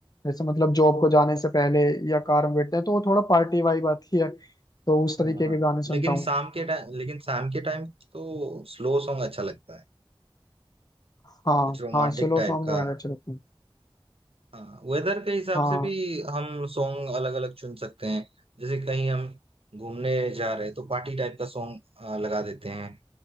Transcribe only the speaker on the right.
हाँ हाँ
लेकिन
शाम के टाइम लेकिन शाम के टाइम तो स्लो सॉन्ग अच्छा लगता है
कुछ रोमांटिक
टाइप
का
हाँ वेदर के हिसाब
से भी हम सॉन्ग अलग अलग चुन सकते हैं जैसे कहीं हम घूमने जा रहे हैं तो पार्टी टाइप का सॉन्ग लगा देते हैं